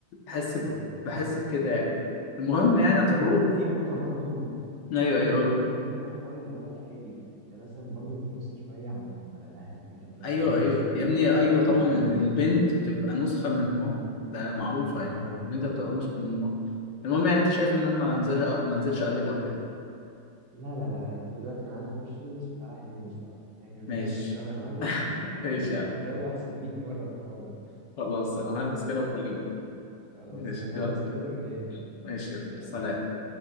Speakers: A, on the left (about 65°); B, on the right (about 75°).
A: بحس ب...
B: اه
A: بحس بكده يعني المهم يعني يا طارق
B: خلي بالك في نقطة برضو
A: ايوه
B: في
A: ايوه
B: نقطة
A: قول
B: برضو مهمة حوار اللي هو الأهالي ده أنت مثلا برضو بتبص شوية على ال- على الأهل أنت بترتبط
A: ايوه ايوه
B: بأسرة كاملة
A: يا ابني
B: مش
A: ايوه
B: مش
A: طبعا
B: فرد
A: ان
B: بس
A: البنت بتبقى نسخه من امها ده معروفه يعني
B: أه
A: البنت بتبقى نسخه من امها المهم يعني انت شايف ان انا ما انزلش ما انزلش اقابلها وكده
B: لا لا لا لا، أنت دلوقتي يا معلم خش البس وتعالى إحنا ننزل سوا إحنا نفرفش
A: ماشي
B: سوا يا معلم
A: ماشي
B: ونفك
A: يا عم
B: الجو أحسن 100 مرة بالحوار ده
A: خلاص انا هلبس كده واكلمك
B: خلاص
A: ماشي
B: نخلص
A: يلا
B: كده ورنينا ننزل
A: ماشي يلا
B: سلام
A: سلام